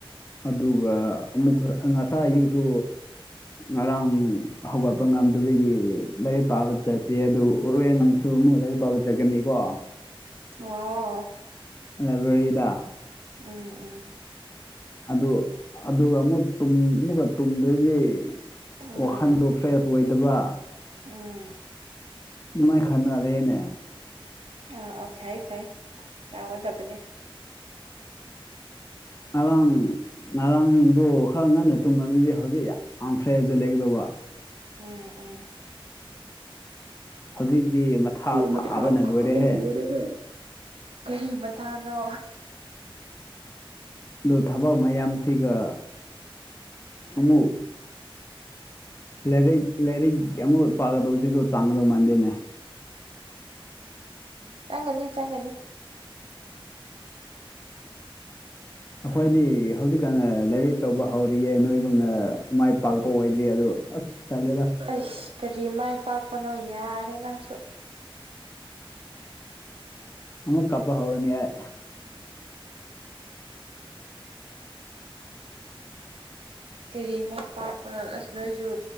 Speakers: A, on the left (about 30°); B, on the right (about 75°).
A: ꯑꯗꯨꯒ ꯑꯃꯨꯛꯀ ꯉꯁꯥꯏ ꯑꯌꯨꯛꯁꯨ ꯉꯔꯥꯡ ꯍꯧꯒꯠꯄ ꯉꯝꯗꯕꯒꯤ ꯂꯥꯏꯔꯤꯛ ꯄꯥꯕ ꯆꯠꯇꯦ ꯑꯗꯨ ꯎꯔꯦꯟ ꯁꯨ ꯑꯃꯨꯛ ꯂꯥꯏꯔꯤꯛ ꯄꯥꯕ ꯆꯠꯀꯅꯤꯀꯣ
B: ꯋꯥꯎ
A: ꯂꯥꯏꯕꯔꯤꯗ
B: ꯎꯝ ꯎꯝ
A: ꯑꯗꯨ ꯑꯗꯨꯒ ꯑꯃꯨꯛ ꯇꯨꯝ ꯑꯃꯨꯛꯀ ꯇꯨꯝꯗꯣꯏꯅꯤ
B: ꯎꯝ
A: ꯋꯥꯈꯟꯗꯣ ꯐ꯭ꯔꯦꯁ ꯑꯣꯏꯗꯕ
B: ꯎꯝ
A: ꯃꯥꯏ ꯈꯥꯟꯅꯗꯦꯅꯦ
B: ꯑ ꯑꯣ ꯐꯥꯏ ꯐꯥꯏ ꯇꯒꯗꯕꯅꯦ
A: ꯉꯔꯥꯡ ꯉꯔꯥꯡꯗꯨ ꯈꯔ ꯉꯟꯅ ꯇꯨꯝꯕꯗꯨꯗꯤ ꯍꯧꯖꯤꯛ ꯌꯥꯝ ꯌꯥꯝ ꯐ꯭ꯔꯦꯁꯇ ꯂꯩꯒꯗꯧꯕ
B: ꯎꯝ ꯎꯝ
A: ꯍꯧꯖꯤꯛꯇꯤ ꯃꯊꯥ ꯁꯥꯕꯅ
B: ꯃꯆꯥꯥꯕꯅ
A: ꯂꯣꯏꯔꯦꯍꯦ
B: ꯂꯣꯏꯔꯦ ꯍꯦ ꯀꯔꯤ ꯃꯇꯊꯥꯅꯣ
A: ꯑꯗꯨ ꯊꯕꯛ ꯃꯌꯥꯝꯁꯤꯒ ꯑꯃ ꯂꯩꯔ ꯂꯩꯔꯤ ꯀꯌꯥꯃꯨꯛ ꯄꯥꯒꯗꯧꯕꯁꯤꯁꯨ ꯆꯥꯡꯒꯗꯧ ꯃꯥꯟꯗꯦꯅꯦ
B: ꯆꯪꯒꯅꯤ ꯆꯪꯒꯅꯤ
A: ꯑꯩꯈꯣꯏꯗꯤ ꯍꯧꯖꯤꯛꯀꯥꯟꯅ ꯂꯥꯏꯔꯤꯛ ꯇꯧꯕ ꯍꯧꯔꯤꯌꯦ ꯅꯣꯏꯒꯨꯝꯅ ꯃꯥꯏ ꯄꯥꯛꯄ ꯑꯣꯏꯗ꯭ꯔꯤ ꯑꯗꯣ ꯑꯁ ꯇꯂꯦꯗ
B: ꯑꯁ ꯀꯔꯤ ꯃꯥꯏ ꯄꯥꯛꯄꯅꯣ ꯌꯥꯔꯦ ꯅꯪꯁꯨ
A: ꯑꯃꯨꯛ ꯀꯄ ꯍꯔꯅꯤ ꯌꯥꯏ
B: ꯀꯥꯔꯤ ꯃꯥꯏ ꯄꯥꯛꯔꯣ ꯑꯁ ꯅꯣꯏꯁꯨ